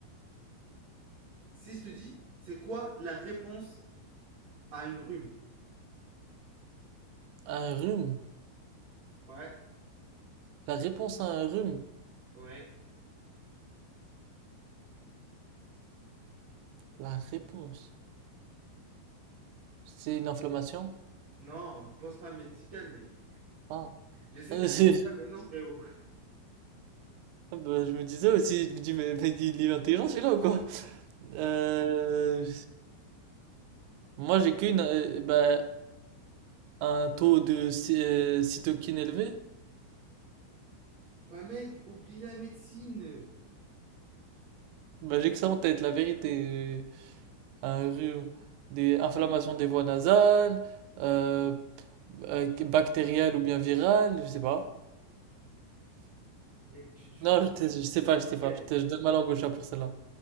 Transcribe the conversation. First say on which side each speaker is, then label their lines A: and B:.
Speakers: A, on the right; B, on the right.
A: Si je te dis, c'est quoi la réponse à une rhume?
B: Un rhume.
A: Ouais,
B: La réponse à un rhume.
A: ouais.
B: La réponse. C'est une inflammation?
A: Non, pense pas médical mec.
B: Ah.
A: J'essaie
B: <laughs>
A: de t'arrêter là, mais non frérot.
B: Ah bah, je me disais aussi, je me dis, mais, mais il est intelligent celui-là ou quoi? Euh, moi j'ai qu'une, euh, bah, un taux de cy- euh, cytokine élevé.
A: Bah mec, oublie la médecine.
B: Bah, j'ai que ça en tête, la vérité. Euh, Un rhume, des inflammations des voies nasales, euh, euh, bactériales ou bien virales, je sais pas.
A: Mec, tu, tu,
B: Non, je, te- je
A: tu
B: sais pas,
A: vas être
B: je sais pas.
A: prêt, là.
B: Je, te- je donne ma langue au chat pour celle-là.